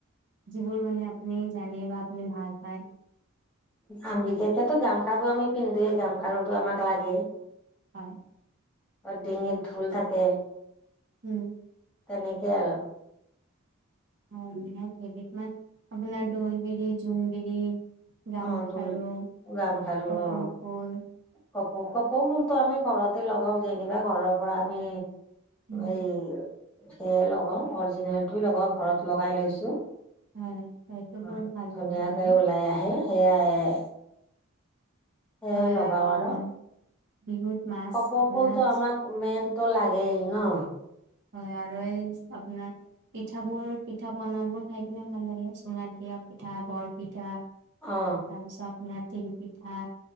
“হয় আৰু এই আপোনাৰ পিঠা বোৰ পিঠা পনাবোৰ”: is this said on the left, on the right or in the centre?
Right